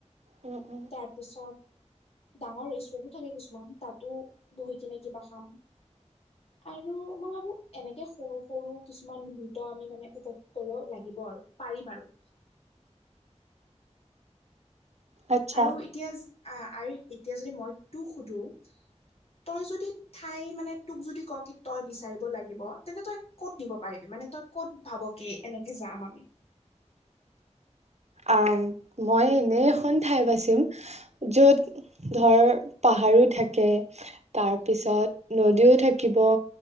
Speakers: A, on the right; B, on the left.
A: উম উম।
B: তাৰপিছত ডাঙৰ ৰেষ্টুৰেণ্ট টো থাকে কিছুমান তাতো বহি কিনে কিবা খাম। আৰু মই ভাবো এনেকে সৰু সৰু কিছুমান <unintelligible> আমি মানে উপভোগ কৰিব লাগিব আৰু পাৰিম আৰু
A: আচ্ছা
B: আৰু এতিয়া আ আৰি এতিয়া যদি মই তোক সোধো তই যদি ঠাই মানে তোক যদি কও কি তই বিচাৰিব লাগিব তেন্তে তই ক'ত নিব পাৰিবি মানে তই ক'ত ভাব কি এনেকে যাম আমি
A: আ মই এনে এখন ঠাই বাচিম য'ত ধৰ পাহাৰো থাকে, তাৰপিছত নদীও থাকিব।